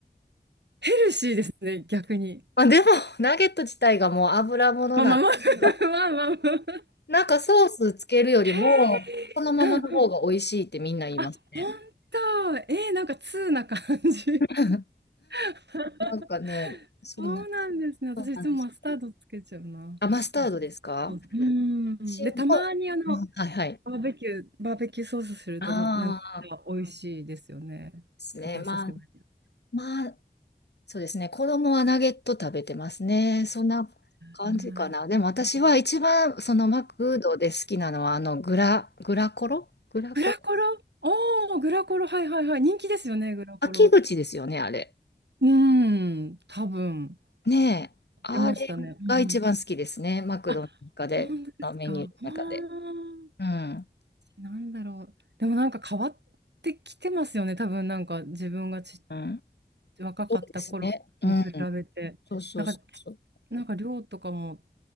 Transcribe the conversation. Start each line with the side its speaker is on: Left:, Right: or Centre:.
Right: ヘルシーですね、逆に。
Left: まあ、でも、<laughs> ナゲット自体がもう油物なんで
Right: まあまあまあ、<laughs>
Left: <laughs>
Right: まあまあまあ。
Left: なんかソースつけるよりも、
Right: <laughs>
Left: そのままの方が美味しいってみんな言いますね。
Right: うんうんあ、本当。えー、なんか通な感じ。
Left: <laughs>
Right: <laughs>
Left: なんかね、そんな、
Right: そうなんですね。私いつもマスタードつけちゃうな。
Left: そうなんです。あ、マスタードですか
Right: マスタードうん。
Left: 塩も、
Right: で、たまにあの、
Left: うんはいはい。
Right: バーベキュー、バーベキューソースすると、
Left: ああ、
Right: ま、なんか美味しいですよね。
Left: ですね。
Right: すごい久しぶり。
Left: まあ、まあ、そうですね。子供はナゲット食べてますね。そんな感じかな。
Right: うん
Left: でも私は一番、そのマクドで好きなのは、あの、グラ、グラコログラコロ
Right: グラコロおー、グラコロ、はいはいはい。人気ですよね、グラコロ。
Left: 秋口ですよね、あれ。
Right: うーん、多分、
Left: ねえ。あれが一番好きですね。
Right: 出ましたね。うんうん
Left: マクドの中で、
Right: あ、本当ですか。
Left: あメニューの中で。
Right: あー
Left: うん。
Right: なんだろう。でもなんか変わってきてますよね、多分なんか自分がち、
Left: うん。
Right: 若かった頃に比べて。
Left: そうですね。うん。そうそうそうそう。
Right: なんか、なんか量とかも